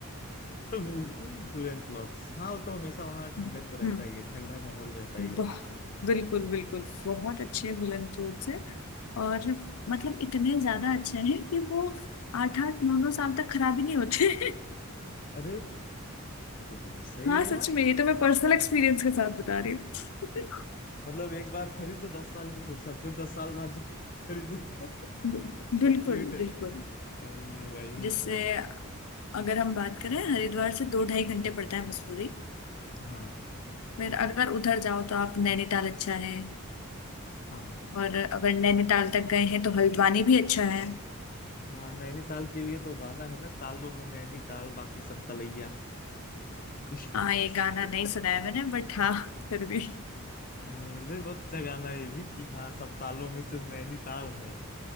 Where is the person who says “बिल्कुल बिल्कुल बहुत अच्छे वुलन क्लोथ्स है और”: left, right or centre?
Left